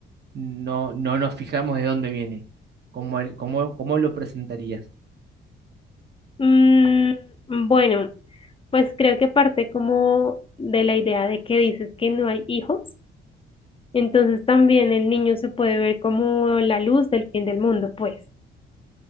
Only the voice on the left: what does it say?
Mm, bueno, pues creo que parte como de la idea de que dices que no hay hijos. Entonces también el niño se puede ver como la luz del fin del mundo, pues.